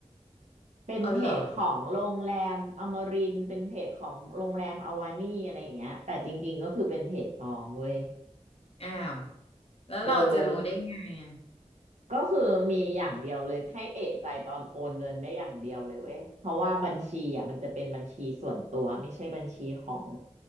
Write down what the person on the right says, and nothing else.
เป็นเพจของโรงแรมอมรินทร์เป็นเพจของโรงแรมอวานี่อะไรอย่างเงี้ยแต่จริงๆก็คือเป็นเพจปลอมเว้ย
เออ ก็คือมีอย่างเดียวเลยให้เอะใจตอนโอนเงินได้อย่างเดียวเลยเว้ยเพราะว่าบัญชีอ่ะมันจะเป็นบัญชีส่วนตัวไม่ใช่บัญชีของ